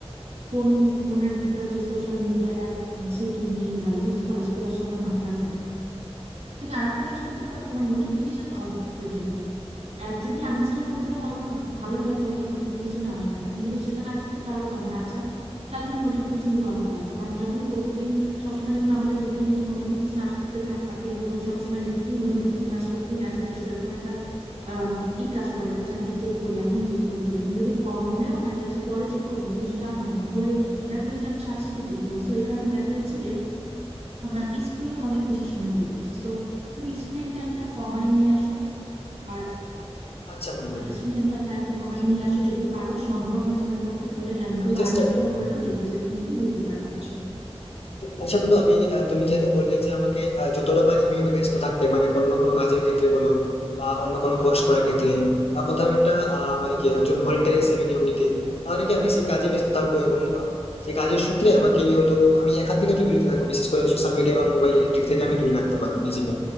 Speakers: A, on the right; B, on the left.
A: ফোন ফোনের ভিতর যে সোশ্যাল মিডিয়া অ্যাপ আছে কি নেই বা ইউজ করা সেগুলো আসলে আমার মাথায় থাকে না তুমি আরেকটা কাজ করতে পারো তোমার নোটিফিকেশন অফ রেখে দিবে অ্যাপ যদি আনইনস্টল করে দাও তাহলে তো ভালোই হয় তাহলে তো নোটিফিকেশন আসবে না তুমি যদি সেটা না করতে পারো বা না চাও তাহলে তুমি নোটিফিকেশন গুলো অফ রাখো কারণ যখন প্রতিদিন সবসময় যখন আমাদের প্রতিনিয়ত নোটিফিকেশন আসতে থাকে এবং ওই সবসময় যে কি নোটিফিকেশন আসলো কি মেসেজ আসলো এরকম একটা আম, ই কাজ করা যাচ্ছে আমি এটা চেক করি এখনই চেক করে ফেলি মানে যদি প- মনেও হয় যাচ্ছে পরে চেক করবো কিন্তু সেটা হয় না হয়ে দেখা যাচ্ছে আমি সাথে সাথে চেক করি তো এই কারণে দেখা যাচ্ছে যে আমরা স্ক্রিনে অনেক বেশি সময় দিয়ে দিচ্ছি সো তুমি স্ক্রিন টাইমটা কমায় নিয়ে আসো আর
B: আচ্ছা বন্ধু
A: স্ক্রিন টাইমটা টাইমটা কমায় নিয়ে আসো যদি পারো সম্ভব হয় তোমার পক্ষে তাহলে অ্যাপগুলো
B: আমি চেষ্টা
A: আনইনস্টল
B: করবো
A: করে দাও দেখবে যে তুমি খুব উপকার পাচ্ছ
B: আচ্ছা বন্ধু আমি আহ, তুমি যেহেতু বললে যে আমাকে আহ, যতটা পারি আমি একটু ব্যস্ত থাকতে মানে অন্য কোনো কাজের ক্ষেত্রে বলো বা অন্য কোনো কোর্স করার ক্ষেত্রে বা কোথাও একটা আহ, মানে কি একজন ভলেন্টারি হিসেবে নিয়োগ নিতে তাহলে কি আমি সেই কাজে ব্যস্ত থাকবো এবং আহ, সেই কাজের সূত্রে আমাকে হয়তো আমি এখান থেকে একটু বিরত থাকবো বিশেষ করে সোশ্যাল মিডিয়া বা মোবাইল ইলেকট্রিক থেকে আমি দূরে রাখতে পারবো নিজেকে